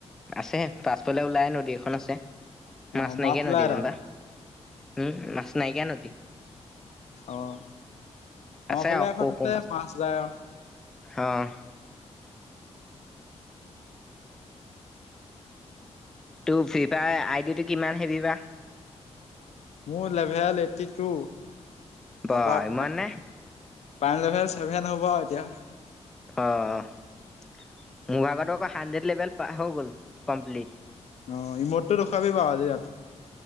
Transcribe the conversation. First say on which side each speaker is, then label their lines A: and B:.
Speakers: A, in the centre; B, on the left.
A: আছে পাছফালে ওলাই নদী এখন আছে,
B: অ
A: মাছ নাইকিয়া
B: ওলাই
A: নদী যেনিবা।
B: তাত
A: উম মাছ নাইকিয়া নদী।
B: অ' আমাৰ
A: আছে
B: ফালে
A: আৰু
B: এখন
A: সৰু
B: আছে
A: সৰু
B: মাছ যায় আৰু।
A: অ' তোৰ ফ্ৰী ফায়াৰ আইডিটো কিমান হে'ভি বা?
B: মোৰ লেভেল এইটি টু।
A: বা
B: তাৰপৰা
A: ইমান নে?
B: পান লেভেল ছেভেন হ'ব এতিয়া।
A: অ' মোৰ লগৰতো আকৌ হান্দ্ৰেড লেভেল হৈ গ'ল কমপ্লিট।
B: অ' ৰীমোতটো দেখুৱাবি বাৰু আজি ৰাতি।